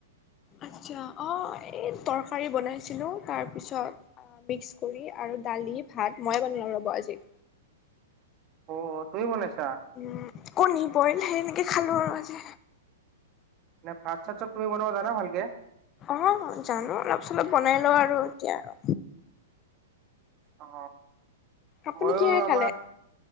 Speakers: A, on the left; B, on the right.
A: আচ্ছা, অ এই তৰকাৰী বনাইছিলো তাৰপিছত মিক্স ৰি আৰু দালি ভাত মইয়ে বনাই লওঁ ৰ'ব আজি।
B: অ তুমি বনাইছ
A: উম কণী বইল সেই এনেকে খালো আৰু আজি।
B: নে ভাত চাত চব তুমি বনাবা জানা ভালকে?
A: অ জানো অলপ চলপ বনাই লওঁ আৰু এতিয়া আৰু
B: অ।
A: আপুনি
B: মইয়ো
A: কিহেৰে খালে?
B: আমাৰ